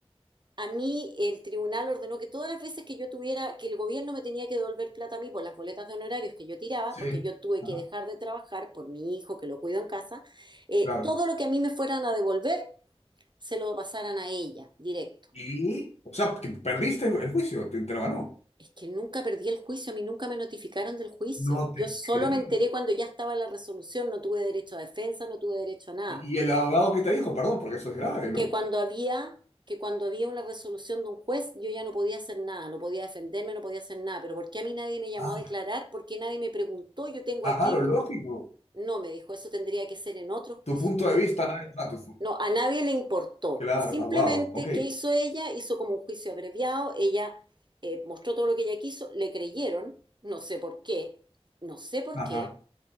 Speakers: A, on the right; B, on the left.
A: a mí el tribunal ordenó que todas las veces que yo tuviera, que el gobierno me tenía que devolver plata a mí por las boletas de honorarios que yo tiraba,
B: Sí.
A: porque yo tuve
B: Ajá.
A: que dejar de trabajar por mi hijo que lo cuido en casa, eh,
B: Claro.
A: todo lo que a mí me fueran a devolver se lo pasaran a ella, directo.
B: Y, o sea, que perdiste el, el juicio, te, te lo ganó.
A: Es que nunca perdí el juicio, a mí nunca me notificaron del juicio.
B: No te
A: Yo solo
B: creo.
A: me enteré cuando ya estaba la resolución, no tuve derecho a defensa, no tuve derecho a nada.
B: Y, y el abogado que te dijo, perdón, porque eso es grave, ¿no?
A: Que cuando había, que cuando había una resolución de un juez, yo ya no podía hacer nada, no podía defenderme, no podía hacer nada. Pero ¿por qué a mí nadie me llamó
B: Ah,
A: a declarar? ¿Por qué nadie me preguntó? Yo tengo
B: claro,
A: aquí.
B: lógico.
A: No, me dijo, eso tendría que ser en otro
B: Tu
A: juicio.
B: punto de vista, nadie- o sea, tu,
A: No, a nadie le importó.
B: Claro,
A: Simplemente,
B: ah, wow, ok.
A: ¿qué hizo ella? Hizo como un juicio abreviado. Ella eh, mostró todo lo que ella quiso. Le creyeron, no sé por qué, no sé por
B: Ajá.
A: qué.